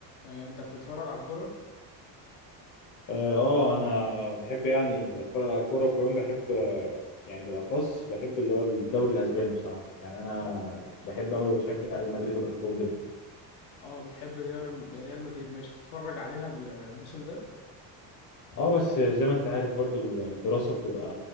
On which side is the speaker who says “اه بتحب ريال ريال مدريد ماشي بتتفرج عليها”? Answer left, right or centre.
Left